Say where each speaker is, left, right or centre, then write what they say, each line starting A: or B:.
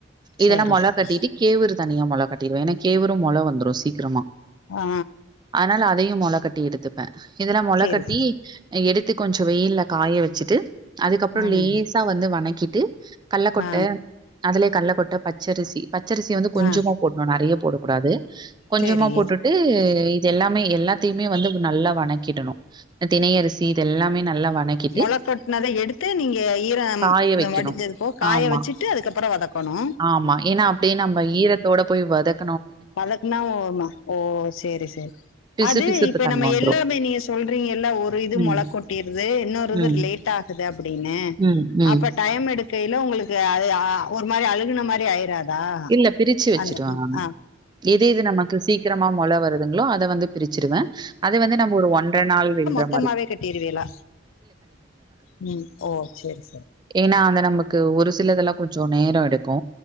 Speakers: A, on the right; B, on the left.
A: இதெல்லாம்
B: சேரி
A: மொள
B: சரி
A: கட்டிட்டு
B: சரி
A: கேவுரு தனியா மொள கட்டிடுவேன் ஏன்னா கேவுரு மொள வந்துடும் சீக்கிரமா
B: ஆ
A: ஆனா அதையும் மொள கட்டி எடுத்துப்பேன் இதெல்லாம் மொளை
B: சேரி
A: கட்டி எடுத்து கொஞ்சம் வெயில்ல காய வச்சுட்டு அதுக்கப்புறம்
B: ம்
A: லேசா வந்து வணக்கிட்டு கல்ல கொட்டை
B: ஆ
A: அதுலயே கல்ல கொட்டை பச்சரிசி பச்சரிசி வந்து கொஞ்சமா
B: ஆ
A: போட்னோ நெறிய போடக்கூடாது கொஞ்சமா
B: சேரி
A: போட்டுட்டு இது எல்லாமே எல்லாத்தியுமே வந்து நல்லா வணக்கிடணு தினை அரிசி இது எல்லாமே நல்லா வணக்கிட்டு
B: மொளக்கட்னத எடுத்து நீங்க ஈரம்
A: காய வைக்கணும்.
B: வடிஞ்சதுபோ காய
A: ஆமா,
B: வச்சுட்டு அதுக்கப்பறோ வதக்கணு
A: ஆமா ஏனா அப்டே நம்ப ஈரத்தோட போய் வதக்
B: வதக்னா ஓமா ஓ சேரி சேரி
A: பிசு
B: அது
A: பிசுப்பு
B: இப்ப
A: தன்ம
B: நம்ம
A: வந்துரும்.
B: எல்லாமே நீங்க சொல்றிங்கல்ல ஒரு இது
A: ம்,
B: மொள கொட்டிருது இன்னொரு இது
A: ம்,
B: லேட்டா குது அப்புடின்னு
A: ம், ம்.
B: அப்ப டைம் எடுக்கைல உங்குளுக்கு அது ஆ ஒரு மாரி அழுகுன மாரி ஆய்றாதா தா
A: இல்ல பிரிச்சு வச்சுருவேன்
B: அன் ம்
A: நானு.
B: அ
A: எது எது நமக்கு சீக்கிரமா மொள வருதுங்ளோ அத வந்து பிரிச்சிருவே அது வந்து நம்ம ஒரு ஒன்றர நாள் வெல்றோ
B: த்தமாவே கட்டிருவேலா ம் ஓ சேரி சரி
A: ஏனா அந்த நமக்கு ஒரு சிலதெல்லா கொஞ்சோ நேரோ எடுக்கோ